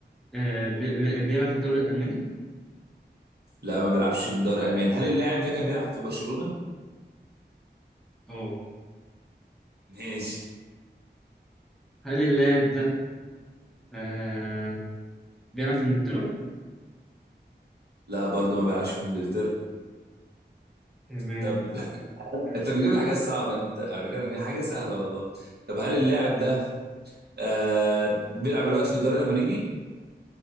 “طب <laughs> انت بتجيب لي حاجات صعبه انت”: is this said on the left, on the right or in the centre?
Right